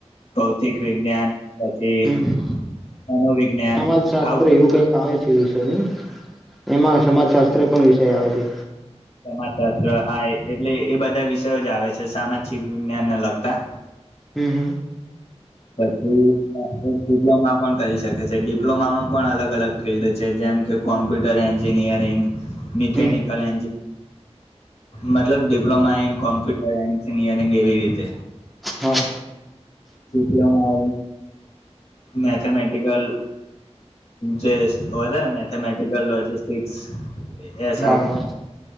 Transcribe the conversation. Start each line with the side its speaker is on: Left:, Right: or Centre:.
Left: ભૌતિક વિજ્ઞાન પછી
Centre: હમ
Left: મનોવિજ્ઞાન
Centre: સમાજ શાસ્ત્ર
Left: આવું
Centre: એવું
Left: બધું
Centre: કઈક આવે છે તેની એમાં સમાજ શાસ્ત્ર પણ વિષય આવે છે
Left: મા તત્ર હાય એટલે એ બધા વિષયો જ આવે છે સામાજિક વિજ્ઞાન ને લગતા
Centre: હમ
Left: પછી એક ડિપ્લોમા પણ કરી શકે છે. ડિપ્લોમામાં પણ અલગ અલગ ફિલ્ડ છે. જેમ કે કોમ્પ્યુટર એન્જિનિયરિંગ મિકનિકલ
Centre: હમ
Left: એન્ મતલબ ડિપ્લોમા ઇન કોમ્પ્યુટર એડન્જનિયરિંગ એવી રીતે
Centre: હા
Left: ડિપ્લોમા મેથેમેટિકલ જે હતાને મેથેમેટિકલ લોજિસ્ટિક્સ. એ સબ
Centre: હા હા